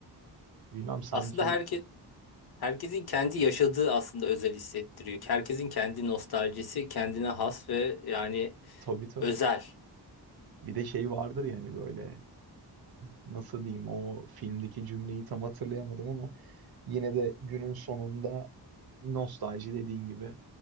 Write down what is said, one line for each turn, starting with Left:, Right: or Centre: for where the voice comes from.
Right: Bilmem sanki
Left: Aslında herkes herkesin kendi yaşadığı aslında özel hissettiriyor. Herkesin kendi nostaljisi kendine has ve yani
Right: tabii tabii.
Left: özel.
Right: Bir de şey vardır yani böyle nasıl diyeyim o filmdeki cümleyi tam hatırlayamadım ama yine de günün sonunda nostalji dediğin gibi